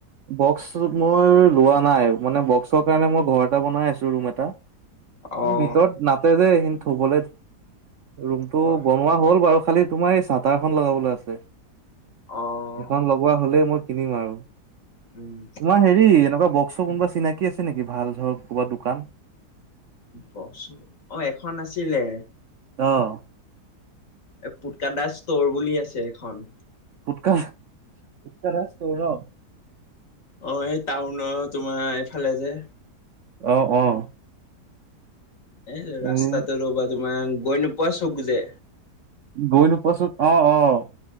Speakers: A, on the right; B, on the left.
A: বক্স মোৰ লোৱা নাই মানে বক্সৰ কাৰণে মই ঘৰ এটা বনাই আছো ৰুম এটা।
B: অ'।
A: ভিতৰত নাতে যে এইখিনি থবলে ৰুমটো
B: হয়
A: বনোৱা হ'ল বাৰু খ খালি তোমাৰ এই চাটাৰখন লগাবলে আছে
B: অ',
A: এইখন লগোৱা হ'লে মই কিনিম আৰু।
B: উম,
A: তোমাৰ হেৰি এনেকুৱা বস্কৰ কোনোবা চিনাকি আছে নেকি ভাল ধৰক ক'বা দোকান?
B: বক্সৰ অ, এখন আছিলে।
A: অহ',
B: এ পুটকা দা ষ্টৰ বুলি আছে এখন।
A: পুটকাহ -পুটকা দা ষ্টৰ ন'?
B: অ, এই টাউনৰ তোমাৰ এইফালে যে
A: অ', অ',
B: এ ৰাস্তাটো
A: এই
B: ৰ'বা তোমাৰ গৈ নোপোৱা চুক যে।
A: গৈ নোপোৱা চুক অ', অ',